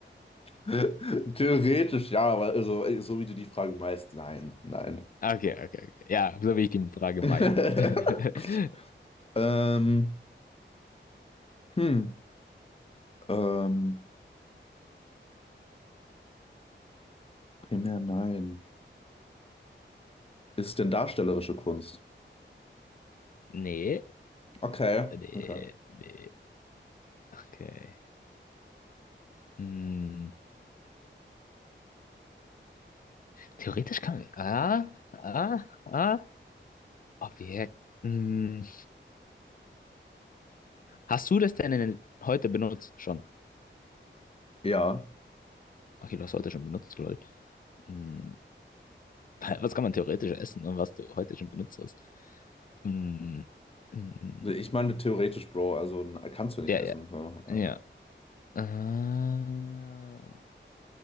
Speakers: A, on the left; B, on the left.
A: Theoretisch ja, aber also, so wie du die Frage meinst, nein, nein.
B: Okay, okay, okay. Ja, so will ich die Frage
A: <laughs>
B: meiden. <laughs>
A: Ähm, hm, ähm, primär nein. Ist es denn darstellerische Kunst?
B: Nee,
A: Okay,
B: nee,
A: okay.
B: nee. Okay. Hm, theoretisch kann. Ah, ah, ah. Objekt. Hm, hast du das denn in, heute benutzt schon?
A: Ja,
B: Okay, du hast heute schon benutzt, lol. Hm, <laughs> was kann man theoretisch essen und was du heute schon benutzt hast? Hm, hm,
A: ich meine theoretisch, Bro, also n- kannst du nicht
B: ja,
A: essen.
B: ja,
A: So. äh,
B: ja. Ah,